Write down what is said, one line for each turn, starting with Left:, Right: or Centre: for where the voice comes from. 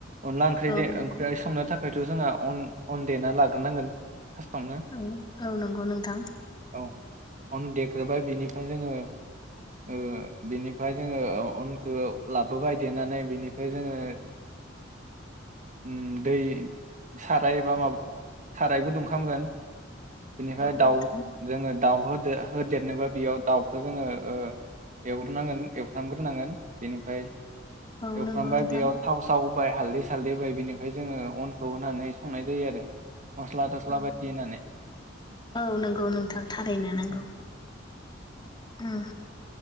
Right: अनला ओंख्रै
Left: औ
Right: दे
Left: नंगौ
Right: ओंख्रै संनो थाख फायथ' जोंहा अन अन देना लाग्रोनांगोन फार्स्टआवनो
Left: औ औ नंगौ नोंथां
Right: औ अन देग्रोबाय बिनिफ्राय जोङो ओ बेनि ओमफाय जोङो अनखौ लाबोबाय देनानै बेनिफाय जोङो उम दै साराय बा माबा साराय गुदुं खालामगोन बेनिफ्राय
Left: औ नोंथां
Right: दाउ जोङो दाउखौ होदो होदेरनोबा बेयाव दाउखौ जोङो ओ एवग्रोनांगोन एवफ्रामग्रोनांगोन बेनिफ्राय
Left: औ
Right: एवफ्रामबाय
Left: नंगौ नोंथां
Right: बेयाव थाव साव फाय हालदै सालदै बाय बिनिफ्राय जोङो अनखौ होनानै संनाय जायो आरो मस्ला थस्ला
Left: औ नों
Right: बायदि होनानै
Left: औ नंगौ नोंथां थारैनो नांगौ
Right: औ
Left: उम